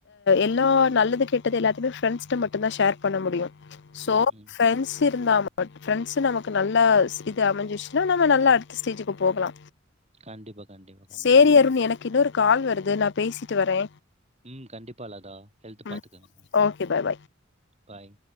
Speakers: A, on the left; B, on the right.
A: எல்லா நல்லது கேட்டது எல்லாத்தயுமே ஃப்ரெண்ட்ஸிட்ட மட்டுதா ஷேர் பண்ண முடியு சோ
B: ம். ம்.
A: பிரண்ட்ஸ் இருந்தாம பட் ஃப்ரெண்ட்ஸ் நமக்கு நல்லா இது அமைஞ்சிச்சுன்னா நம்ம நல்லா அடுத்த ஸ்டேஜுக்கு போகலா
B: கண்டிப்பா, கண்டிப்பா, கண்டிப்பா.
A: சேரி அருண் எனக்கு இன்னொரு கால் வருது நா பேசிட்டு வரே
B: ம் கண்டிப்பா லதா ஹெல்து பாத்துக்கங்க
A: ம் ஓகே பாய் பாய்
B: பாய்